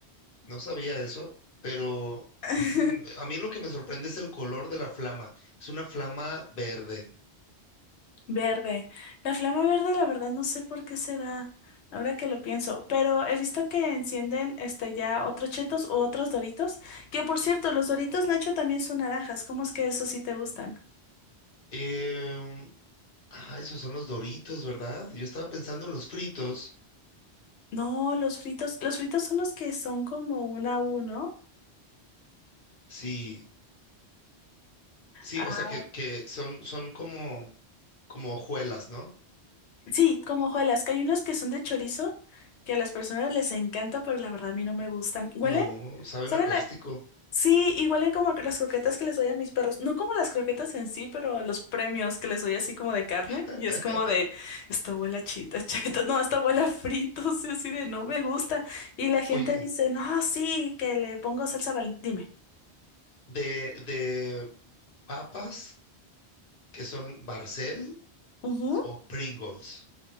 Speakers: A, on the left; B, on the left.
A: No sabía eso, pero
B: <laughs>
A: mm, a mí lo que me sorprende es el color de la flama. Es una flama verde.
B: Verde. La flama verde, la verdad, no sé por qué se da, ahora que lo pienso, pero he visto que encienden este ya otros chetos u otros doritos, que por cierto, los doritos Nacho también son naranjas, ¿cómo es que esos sí te gustan?
A: Em, Ah, esos son los Doritos, ¿verdad? Yo estaba pensando en los fritos.
B: No, los fritos, los fritos son los que son como una U, ¿no?
A: Sí, sí,
B: Ah,
A: o sea que, que son, son como, como hojuelas, ¿no?
B: sí, como hojuelas, que hay unos que son de chorizo, que a las personas les encanta, pero la verdad a mí no me gustan. ¿Huelen?
A: No, saben
B: ¿Saben?
A: a plástico.
B: Sí, igual en como las croquetas que les doy a mis perros. No como las croquetas en sí, pero los premios que les doy así como de carne.
A: <laughs>
B: Y es como de, esta abuela chita, cheta, no, esta abuela fritos, y <laughs> así de, no me gusta. Y la gente
A: Oye,
B: dice, no, sí, que le pongo salsa Valentina. Dime.
A: de, de papas que son Barcel
B: Ujú.
A: o Pringles.